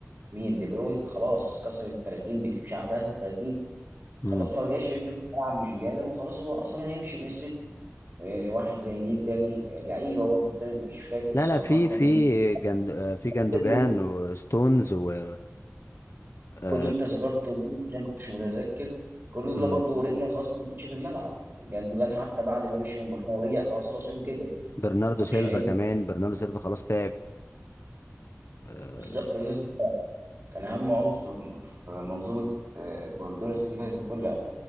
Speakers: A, on the right; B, on the left.
A: مين دي بروين خلاص كسر ال 30 بكتير مش عارف 33 خلاص
B: امم
A: ما بقاش رجله في الملعب مش قادر وخلاص هو اصلا هيمشي من السيتي آه، واحد زي مين تاني آه، لعيبه برضه تاني مش فاكر
B: لا
A: صراحه
B: لا في في
A: مين تاني
B: جند آه، في جندوجان
A: كله
B: وستونز و آه،
A: كل اللي انت ذكرته دول عشان ما كنتش متذكر كل دول
B: مم.
A: برضه رجله خلاص ما مشي في الملعب لانه كان حتى بعد ما مشي من برشلونه ورجع خلاص هو سنه كبر
B: برناردو
A: فمش
B: سيلفا
A: هيجي
B: كمان برناردو سيلفا خلاص تعب آه،
A: بالظبط لأنه كان اهم عنصر في منظومه آه، جوارديولا السنه اللي فاتت كلها